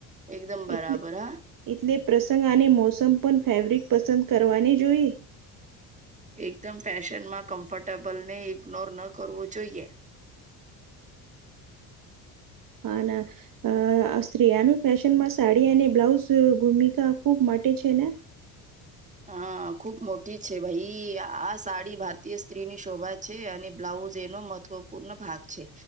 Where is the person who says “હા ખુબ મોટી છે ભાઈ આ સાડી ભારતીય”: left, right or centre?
Right